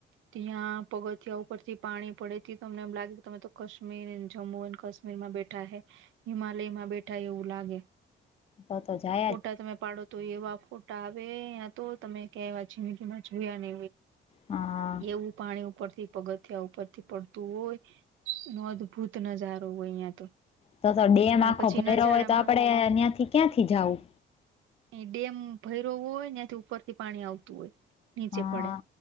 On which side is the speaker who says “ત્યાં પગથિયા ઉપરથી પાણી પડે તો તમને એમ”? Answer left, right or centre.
Right